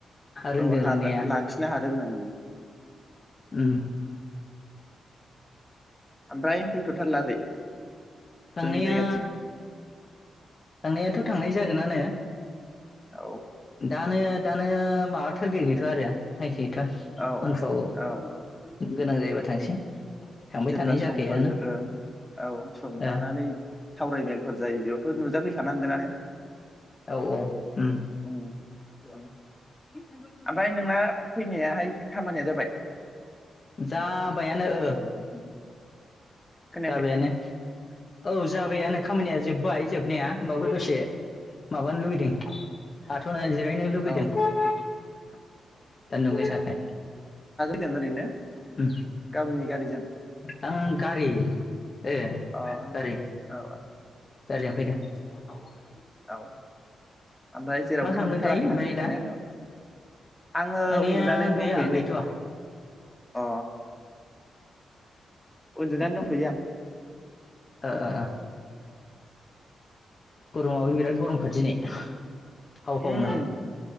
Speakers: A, on the left; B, on the left.
A: रोंदों
B: औ हा
A: रोंनाया
B: लाखिनो हादों नो उम।
A: उम
B: ओमफ्राय फैथ' थारला ओरै
A: थांनाया
B: जोंनि जायगाथिं
A: थांनायाथ' थांनाय जागोनानो
B: औ
A: दानो दानो माबा थारगेथ गैथवा आरो थारगेथ गैथवा
B: औ
A: उनफ्राव
B: औ औ
A: गोनां जायोबा थांसै थांबाय
B: जेब्ला
A: थानाय जाखायोआनो
B: समफोर ओ औ सम
A: ओ
B: लानानै सावरायमेलफोर जायो बेयावथ' नुजाफै खानांगोनानो।
A: औ औ ओम
B: उम। ओमफ्राय नोंना फैनायाहाय खामानिया जाबाय
A: जाबायानो ओ
B: <inaudible> खोनायाखै
A: जाबायानो औ जाबाययानो खामानिया जोब्बाय जोबनाया होनबाबो दसे माबानो लुगैदों थाथ'ना जिरायनो लुुबैदों
B: औ
A: सान्दुं गोसाखाय
B: दं ओरैनो
A: उम
B: गावनि गारिजों
A: आं गारि ए
B: अ औ
A: गारि
B: औ
A: गारिजों <inaudible>
B: <inaudible> ओमफ्राय जेरावबो
A: मा खालामदोंथाय
B: थांथ'थाराखैना
A: ओमफ्राय
B: थांनायाथ'
A: दा
B: आङो
A: थांनाया
B: उन्दुनानै
A: गैया
B: दंफैयो
A: गैथ'वा
B: नै अ उन्दुनानै दंफैयो आं
A: ओ ओ ओ अ गरमाबो बिराद गरमखा दिनै औ
B: उम
A: औ न